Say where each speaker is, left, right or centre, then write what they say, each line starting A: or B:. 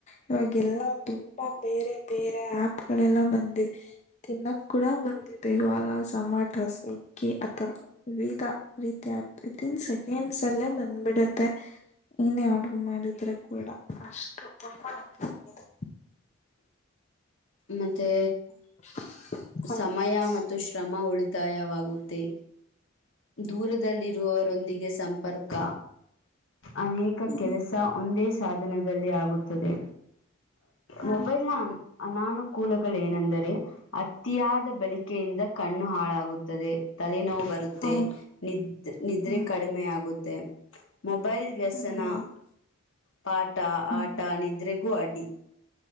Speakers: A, on the left; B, on the left.
A: ಇವಾಗ ಎಲ್ಲಾ ತುಂಬಾ ಬೇರೆ ಬೇರೆ ಪ್ ಕಡೆ ಎಲ್ಲ ಬಂದಿದೆ ತಿನ್ನಕ್ ಕೂಡ ಬಂದಿದೆ ಇವಾಗ ಜಮಾಟ ಸ್ವಿಗ್ಗಿ ಆತರ ವಿ ರೀತಿ ಆನ್ೆ <unintelligible> ನಿಮಿಷ ಅಲ್ಲೇ ಬಂದ್ಬಿಡತ್ತೆ ಏನೇ ಆರ್ಡರ್ ಮಾಡಿದ್ರೆ ಕೂಡ ಅಷ್ಟು ತುಂಬಾ ನೆಗಿದೆ
B: ಮತ್ತೆ
A: <inaudible>
B: ಸಮಯ
A: ಮಿನಿಟ್ಸ್
B: ಮತ್ತು ಶ್ರಮ ಉಳಿತಾಯವಾಗುತ್ತೆ ದೂರದಲ್ಲಿರುವವರೊಂದಿಗೆ ಸಂಪರ್ಕ ಅನೇಕ
A: ಹ್ಮ್
B: ಕೆಲಸ ಒಂದೇ ಸಾಧನದಲ್ಲಿ ಆಗುತ್ತದೆ
A: ಹ್ಮ್
B: ಮೊಬೈಲ್ ನಾ ಅನಾನುಕೂಲಗಳೇಏನೆಂದರೆ ಅ ಅತಿಯಾದ ಬಳಿಕೆಯಿಂದ ಕಣ್ಣು ಹಾಳಾಗುತ್ತದೆ ತಲೆನೋವು ಬರುತ್ತೆ
A: ಹೌದು
B: ನಿದ್ರ ನಿದ್ರೆ
A: ಹ್ಮ್
B: ಕಡಿಮೆ ಆಗುತ್ತೆ ಮೊಬೈಲ್ ವ್ಯಸನ
A: ಹೌದೌದು
B: ಪಾಟ
A: ಹ್ಮ್
B: ಆಟ ನಿದ್ರೆಗೂ ಅಡ್ಡಿ